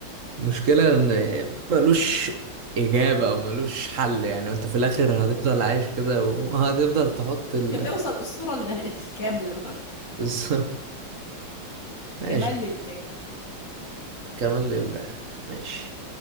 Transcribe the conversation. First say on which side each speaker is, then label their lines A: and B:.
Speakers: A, on the right; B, on the left.
A: المشكلة ان ملوش اجابة او ملوش حل يعني انت في الاخر هتفضل عايش كده وهتفضل تحط ال...
B: مش هتوصل للصورة ال- <laughs> الكاملة برضه
A: <laughs> بس- ماشي
B: كمال لله
A: كمان لله ماشي